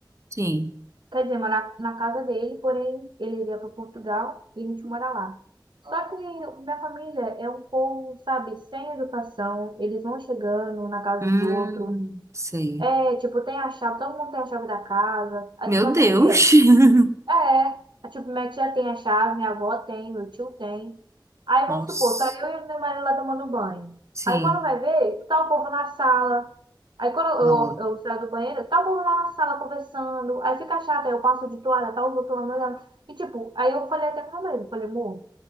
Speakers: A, on the right; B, on the right.
A: Sim.
B: Quer dizer, morar na casa dele, porém ele iria para Portugal e a gente mora lá. Só que minha família é um povo, sabe, sem educação, eles vão chegando um na casa
A: Hum,
B: dos outros.
A: sei.
B: É, tipo, tem a chave, todo mundo tem a chave da casa. Aí,
A: Meu
B: sabe
A: Deus.
B: como que é?
A: <laughs>
B: É, a tipo, minha tia tem a chave, minha avó tem, meu tio tem. Aí
A: Nossa.
B: vamos supor, tá eu e meu marido lá tomando banho.
A: Sim,
B: Aí quando vai ver, tá o povo na sala. Aí quando
A: não.
B: eu, eu eu saio do banheiro, tá o povo lá na sala conversando. Aí fica chato, aí eu passo de toalha, tá os outros lá me olhando. E tipo, aí eu falei até pro meu marido, falei, amor,